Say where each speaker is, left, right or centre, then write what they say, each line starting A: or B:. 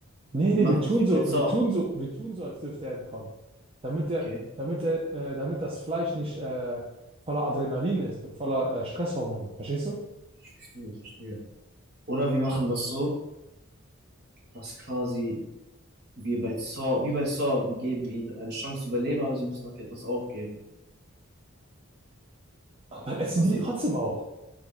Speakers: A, on the right (about 25°); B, on the right (about 50°).
A: Nee,
B: Wir
A: nee,
B: machen
A: wir tun
B: das wie
A: so,
B: bei Saw.
A: wir tun so, wir tun so, als dürfte er entkommen. Damit er,
B: Okay,
A: damit er, äh, damit das Fleisch nicht äh, voller Adrenalin ist und voller äh, Stresshormone. Verstehst du?
B: ich verstehe, ich verstehe. Oder wir machen das so, dass quasi wir bei Saw, wie bei Saw, wir geben ihnen eine Chance zu überleben, aber sie müssen dafür etwas aufgeben.
A: Und dann essen
B: Und was
A: wir die
B: sie,
A: trotzdem auf.